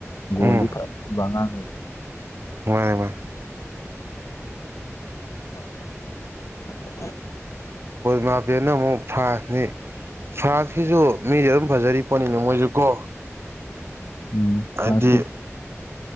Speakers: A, on the left; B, on the right.
A: ꯕꫭꯜꯗꯤ
B: ꯎꯝ
A: ꯐꯥꯕꯉꯥꯡꯥꯡꯅ
B: ꯃꯥꯅꯦ ꯃꯥꯅꯦ
A: <inaudible>
B: ꯃꯥꯄꯅ ꯑꯃꯨꯛ ꯐ꯭ꯔꯥꯟꯁꯅꯤ ꯐ꯭ꯔꯥꯟꯁꯀꯤꯁꯨ ꯃꯤꯁꯦ ꯑꯗꯨꯝ ꯐꯖꯔꯤ ꯄꯣꯠꯅꯤꯅꯦ ꯃꯣꯏꯁꯨ ꯀꯣ
A: ꯎꯝ
B: ꯍꯥꯏꯗꯤ
A: ꯐ꯭ꯔꯥꯟꯁꯀꯤ